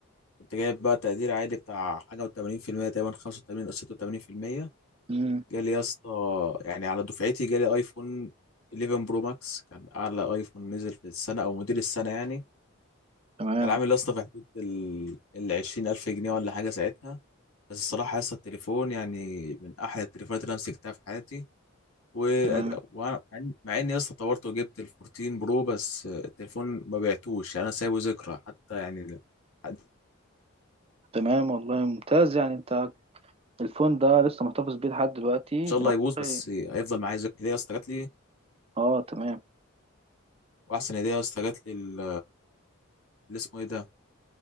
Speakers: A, on the left (about 80°); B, on the right (about 25°).
A: كنت جايب بقى تقدير عالي بتاع حاجة و80% تقريبا 85 او 86%
B: امم
A: جالي يا اسطى يعني على دفعتي جالي ايفون 11 برو ماكس كان اعلى ايفون نزل في السنه او موديل السنه يعني
B: تمام
A: كان عامل يا اسطى في حدود ال ال 20000 جنيه ولا حاجه ساعتها بس الصراحه يا اسطى التليفون يعني من احلى التليفونات اللي انا مسكتها في حياتي و...
B: تمام
A: وانا مع إن- مع اني يا اسطى طورت وجبت ال 14 برو بس التليفون ما بعتوش يعني انا سايبه ذكرى حتى يعني ان
B: تمام والله ممتاز يعني أنت الفون ده لسه محتفظ بيه لحد دلوقتي
A: شاء
B: ده
A: الله يبوظ
B: والله
A: بس هيفضل معايا ذكرى هديه يا اسطى جات لي
B: أه تمام
A: واحسن هديه يا اسطى جات لي ال- اللي اسمه ايه ده